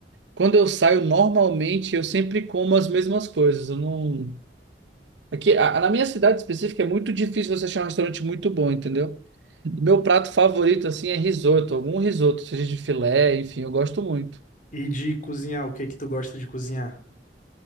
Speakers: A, on the right (about 85°); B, on the left (about 45°).
A: quando eu saio, normalmente eu sempre como as mesmas coisas, eu não. Aqui, a- na minha cidade específica, é muito difícil você achar um restaurante muito bom, entendeu? Meu prato favorito, assim, é risoto, algum risoto, seja de filé, enfim, eu gosto muito.
B: E de cozinhar, o que que tu gosta de cozinhar?